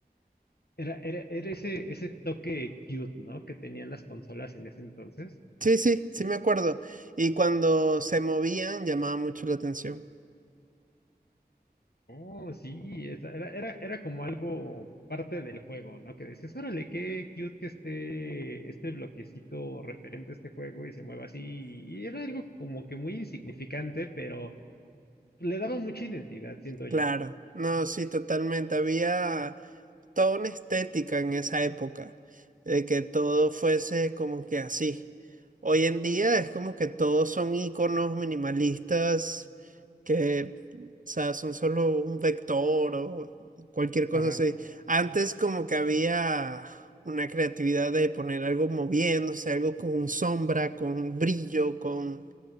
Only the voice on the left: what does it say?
Era, era, era ese, ese toque cute, ¿no? Que tenían las consolas en ese entonces.
Oh, sí, esa- era, era, era como algo parte del juego, ¿no? Que decías, órale, qué cute que esté este bloquecito referente a este juego y se mueva así. Y era algo como que muy insignificante, pero le daba mucha identidad, siento yo.
Ajá.